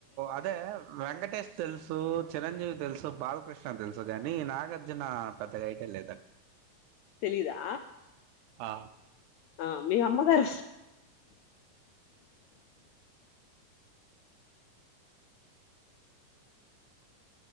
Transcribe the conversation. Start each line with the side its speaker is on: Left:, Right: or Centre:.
Right: అదే వెంకటేేష్ తెలుసు చిరంజీవి తెలుసు బాలకృష్ణ తెలుసు కాని నాగార్జున పెద్దగా ఐడియా లేదండి
Left: తెలిదా
Right: ఆ
Left: ఆ మీ అమ్మగారు